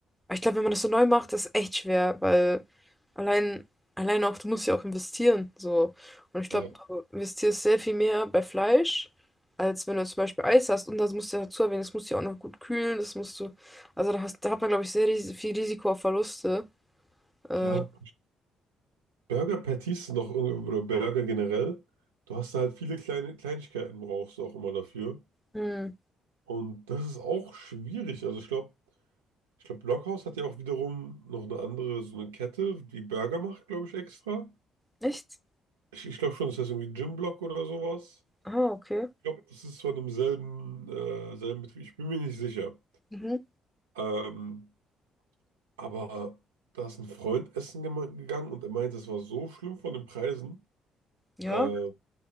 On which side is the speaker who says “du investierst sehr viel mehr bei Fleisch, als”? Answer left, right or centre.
Centre